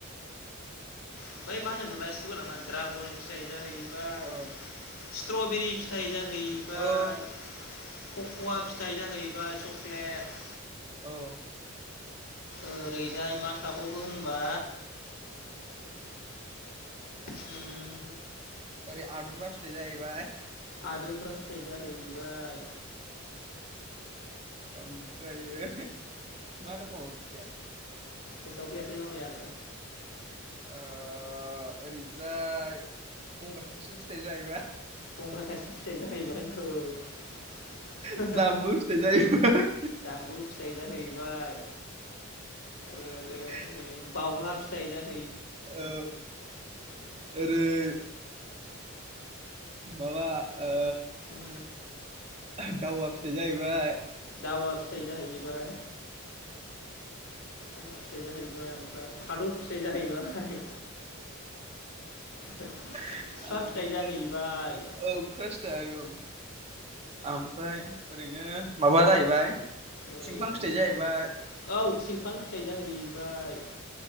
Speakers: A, on the left (about 80°); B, on the right (about 30°).
A: ओमफ्राय मा होनोमोनलाय सु गोनाङा ड्रागन फिथाइ जाहै बाय
B: औ
A: स्ट्रबेरि फिथाइ जाहैबाय
B: औ
A: कक'वा फि फिथाइ जाहैबाय चक्लेट
B: औ
A: ओरैजाय मा थाबावखो होनबा उम
B: ओरै आदुमब्रा फिथाय जाहैबाय
A: आदुंग्रा फिथाइ जाहैबाय
B: ओमफ्राययो मा दोंबावो फिथाइयालाय
A: गोसाव फैयाखै मामाय आं
B: ओ ओरैजाय गंगार थाइसुम फिथाइ जाहैबाय
A: गंगार थाइसुम फिथाइ जाहैबाय औ
B: जामबु फिथाइ जाहैबाय
A: जामु फिथाइ जाहैबाय ओ
B: <inaudible>
A: बावग्रा फिथाइ जाहैबाय
B: औ ओरै माबा ओ
A: उम
B: <unintelligible> दावा फिथाइ जाहैबाय
A: दावा फिथाइ जाहैबाय फिथाइ जाहैबाय ओमफ्राय थादौ फिथाइ जाहैबाय <unintelligible>
B: आमफ्राय
A: फिथाइ जाहैबाय
B: औ <unintelligible> औ आमफ्राय ओरैनो माबा जाहैबाय
A: ओरै
B: थिंख्लां फिथाइ जाहैबाय
A: औ औ थिंख्लां फिथाइ जाहैबाय